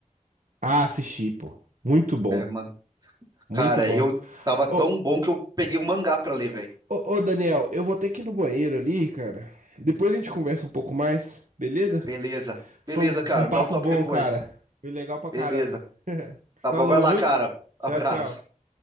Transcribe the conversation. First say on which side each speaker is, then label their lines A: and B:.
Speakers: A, on the right; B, on the right.
A: Ah, assisti, pô. Muito bom,
B: É, mano.
A: muito
B: Cara,
A: bom.
B: eu tava tão
A: Ô,
B: bom que eu peguei um mangá pra ler, velho.
A: ô, ô, Daniel, eu vou ter que ir no banheiro ali, cara. Depois a gente conversa um pouco mais, beleza?
B: Beleza.
A: Foi
B: Beleza,
A: um
B: cara,
A: um
B: me
A: papo
B: dá um toque
A: bom,
B: depois.
A: cara. Foi legal pra caramba.
B: Beleza. Tá
A: Falou,
B: bom, vai lá,
A: viu?
B: cara. Abraço.
A: Tchau, tchau.